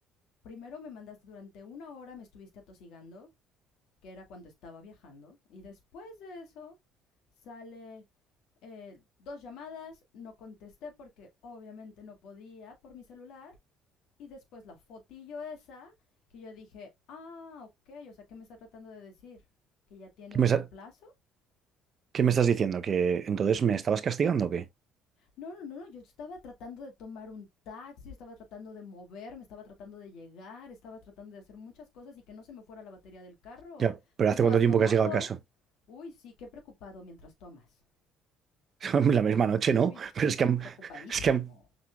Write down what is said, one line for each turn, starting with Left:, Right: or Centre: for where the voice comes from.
Left: Primero me mandaste durante una hora, me estuviste atosigando. que era cuando estaba viajando. Y después de eso sale eh, dos llamadas, no contesté porque obviamente no podía por mi celular. Y después la fotillo esa que yo dije, ah, ok, o sea, ¿qué me está tratando de decir? ¿Que ya tiene
Right: ¿qué
Left: un
Right: me,
Left: reemplazo?
Right: sa- qué me estás diciendo? ¿Que entonces me estabas castigando o qué?
Left: No, no, no, no, yo estaba tratando de tomar un taxi, estaba tratando de moverme, estaba tratando de llegar, estaba tratando de hacer muchas cosas y que no se me fuera la batería del carro.
Right: Ya, pero
Left: Tú
Right: ¿hace
Left: estabas
Right: cuánto tiempo
Left: tomando.
Right: que has llegado a casa?
Left: Uy, sí, qué preocupado mientras tomas.
Right: <laughs> La misma noche,
Left: Uy,
Right: ¿no? Pero
Left: sí,
Right: es
Left: ¿no?
Right: que han...
Left: Preocupadísimo.
Right: es que han...